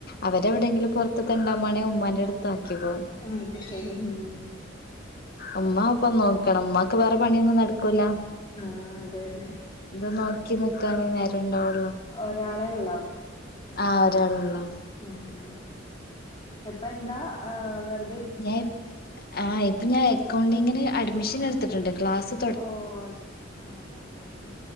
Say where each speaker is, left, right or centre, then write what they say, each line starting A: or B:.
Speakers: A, on the left; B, on the left.
A: അവരെവിടെയെങ്കിലും പുറത്ത് തെണ്ടാൻ പോവാണേ ഉമ്മാന്റെ അടുത്ത് ആക്കിപ്പോകും
B: <unintelligible>
A: ഉമ്മാ ഒപ്പം നോക്കണം ഉമ്മാക്ക് വേറെ പണിയൊന്നും നടക്കൂല
B: ആഹ് അതന്നെ
A: ഇത് നോക്കി നിക്കാനേ നേരണ്ടാവുള്ളൂ
B: ഒരാളെ ഉള്ളോ
A: ആഹ് ഒരാളുള്ളു
B: ഉം ഉം ഇപ്പ എന്താ വെറു
A: ഞാൻ ഇപ്പ് ആഹ് ഇപ്പൊ ഞാൻ അക്കൗണ്ടിങ്ങിന് അഡ്മിഷൻ എടുത്തിട്ടുണ്ട് ക്ലാസ്സ്
B: ഓ ശരി ആഹ് ഹ ഹ